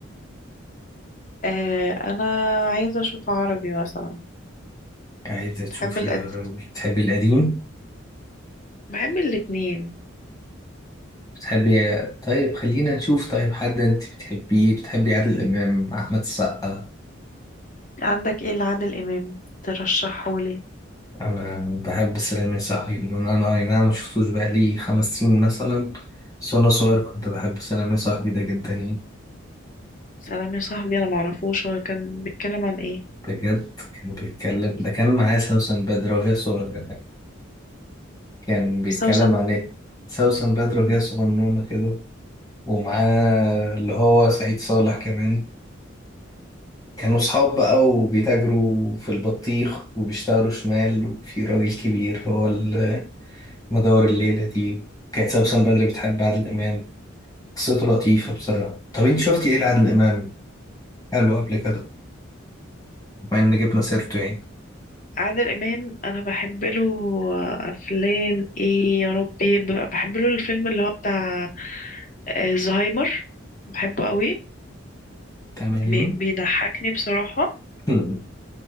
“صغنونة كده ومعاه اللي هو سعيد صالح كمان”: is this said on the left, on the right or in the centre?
Left